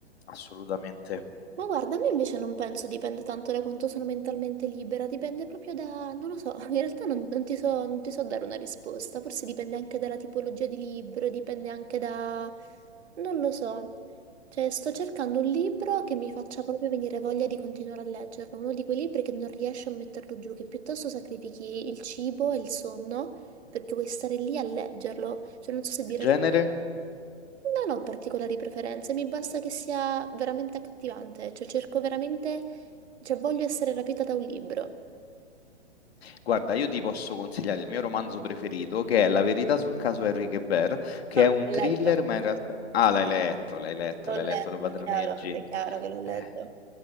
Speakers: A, on the left; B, on the right.
A: assolutamente.
B: Ma guarda, a me invece non penso dipenda tanto da quanto sono mentalmente libera, dipende proprio da, non lo so, in realtà non, non ti so, non ti so dare una risposta, forse dipende anche dalla tipologia di libro, dipende anche da, non lo so, cioè sto cercando un libro che mi faccia proprio venire voglia di continuare a leggerlo, uno di quei libri che non riesci a metterlo giù, che piuttosto sacrifichi il cibo e il sonno perché vuoi stare lì a leggerlo, cioè non so se dire
A: Genere?
B: non ho particolari preferenze, mi basta che sia veramente accattivante, cioè cerco veramente, cioè voglio essere rapita da un libro.
A: Guarda, io ti posso consigliare il mio romanzo preferito, che è La verità sul caso Henri Guebert, che
B: Ah,
A: è un
B: l'ho
A: thriller,
B: letto,
A: ma in realtà... Ah, l'hai letto, l'hai letto,
B: l'ho
A: l'hai
B: letto,
A: letto, lo padroneggi.
B: chiaro, beh,
A: Eh.
B: chiaro che l'ho letto,